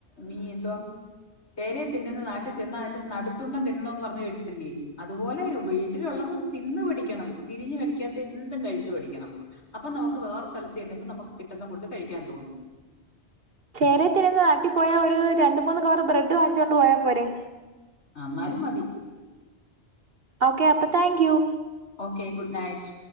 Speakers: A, on the left (about 85°); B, on the right (about 60°).
A: നീ എന്തോ ചേരെ തിന്നുന്ന നാട്ടിൽ ചെന്ന അതി നടുത്തുണ്ടം തിന്നണോന്ന് പറഞ്ഞു കേട്ടിട്ടില്ലേ അതുപോലെ വീട്ടിലുള്ളത് തിന്ന പഠിക്കണം തിരിഞ് കടിക്കാത്ത എന്തും കഴിച്ചു പഠിക്കണം അപ്പൊ നമുക്ക് വേറെ സ്ഥലത്ത് ചെല്ലുമ്പോ നമുക്ക് കിട്ടുന്ന ഫുഡ് കഴിക്കാൻ തോന്നും
B: ചേരത്തിന്ന് നാട്ടി പോയാ ഒരു രണ്ട മൂന്ന് കവറ് ബ്രഡ് വാങ്ങിച്ചോണ്ട് പോയാ പോരെ
A: അ ന്നാലും മതി
B: ഓക്കെ അപ്പൊ thank you
A: okay good night